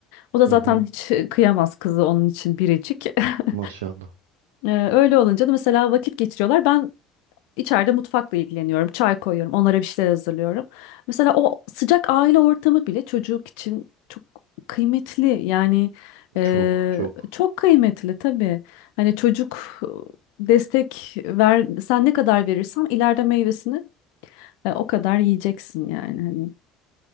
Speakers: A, on the left; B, on the right.
A: O da
B: Hı
A: zaten
B: hı.
A: hiç kıyamaz kızı onun için biricik. <laughs>
B: Maşallah.
A: E, Öyle olunca da mesela vakit geçiriyorlar. Ben İçeride mutfakla ilgileniyorum. Çay koyuyorum. Onlara bir şeyler hazırlıyorum. Mesela o sıcak aile ortamı bile çocuk için çok kıymetli. Yani e,
B: Çok çok.
A: çok kıymetli tabii. Hani çocuk e, destek ver, sen ne kadar verirsen ileride meyvesini e, o kadar yiyeceksin yani hani.